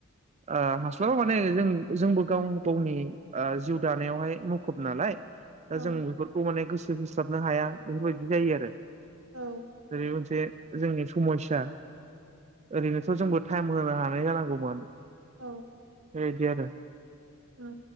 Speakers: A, on the right; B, on the right.
A: ओ हास्लाबा माने जों जोंबो गाव गावनि ओ जिउ दानायावहाय मुखुब नालाय दा
B: औ
A: जों बेफोरखौ माने गोसो होस्लाबनो हाया बेफोरबायदि जायो आरो
B: औ
A: जेरै मोनसे जोंनि समाय्सा ओरैनोथ जोंबो टाइम होनो हानाय जानांगौमोन
B: औ
A: बेदि आरो
B: ओम